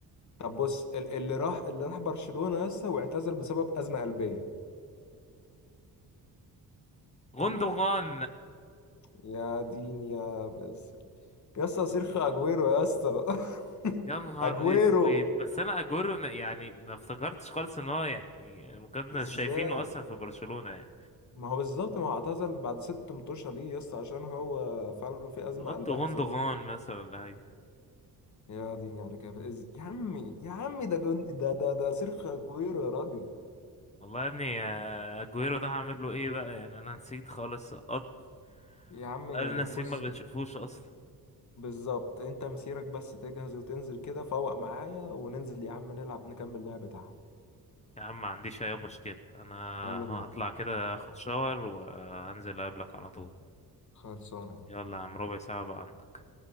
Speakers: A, on the left; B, on the left.
A: طب بص ال- اللي راح اللي راح برشلونة يا اسطى واعتزل بسبب أزمة قلبية
B: غوندوغان
A: يا دين يا بس يا اسطى سيرخو اجويرو يا اسطى <laughs>
B: يا نهار
A: اجويرو
B: اسود بس انا اجورو يعني ما افتكرتش خالص ان هو يعني ما كنا
A: ازاي
B: شايفينه اصلا في برشلونة يعني
A: ما هو بالظبط ما هو اعتزل بعد ست متوشة ليه يس عشان هو فعلا في أزمة
B: نحط
A: قلبية
B: غوندوغان
A: حصلت
B: مثلا ولا حاجة
A: له يا ديني على كيف إز... يا عمي يا عمي ده جن... ده ده ده سيرخ كوير يا راجل
B: والله يا ابني آه، اجويرو ده هعمل له ايه بقى يعني انا نسيت خالص سقطت
A: يا عمي
B: قال نسيم
A: بص
B: ما بنشوفوش اصلا
A: بالظبط انت مسيرك بس تجهز وتنزل كده فوق معايا وننزل يا عم نلعب نكمل لعبة تحت
B: يا عم ما عنديش اي مشكلة انا
A: يلا بينا
B: هطلع كده اخد شاور وهنزل اقابلك على طول
A: خلصانة يا عم
B: يلا يا عم ربع ساعة بقى عندك